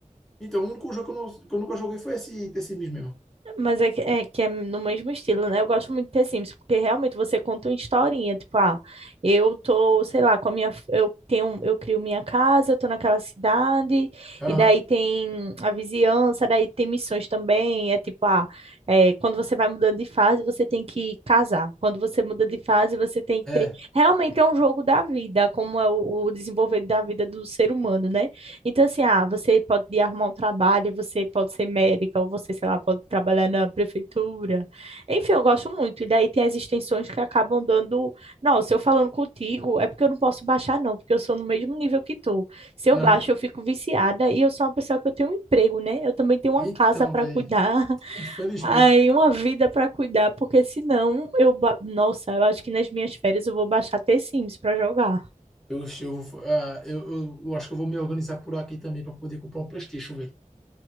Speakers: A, in the centre; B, on the right.
A: Então, o único jogo que eu, não- que eu nunca joguei foi esse Tessimis mesmo.
B: Mas é que, é que é no mesmo estilo, né? Eu gosto muito de ter Sims, porque realmente você conta uma historinha, tipo, ah, eu tô, sei lá, com a minha, f- eu tenho, eu crio minha casa, eu tô naquela cidade,
A: Aham.
B: e daí tem a vizinhança, daí tem missões também, é tipo, ah, é, quando você vai mudando de fase, você tem que casar. Quando você muda de fase, você tem que
A: É.
B: ter, realmente é um jogo da vida, como é o, o desenvolver da vida do ser humano, né? Então, assim, ah, você pode ir arrumar um trabalho, você pode ser médica, ou você, sei lá, pode trabalhar na prefeitura. Enfim, eu gosto muito. E daí tem as extensões que acabam dando. Não, se eu falando contigo, é porque eu não posso baixar, não, porque eu sou no mesmo nível que tu. Se eu
A: Aham.
B: baixo, eu fico viciada e eu sou uma pessoa que eu tenho um emprego, né? Eu também tenho uma
A: Então,
B: casa para
A: velho.
B: cuidar, <laughs>
A: Infelizmente.
B: aí uma vida para cuidar, porque senão eu. ba- Nossa, eu acho que nas minhas férias eu vou baixar The Sims para jogar.
A: Eu, eu, ah, eu, eu, eu acho que eu vou me organizar por aqui também para poder comprar um PlayStation, velho.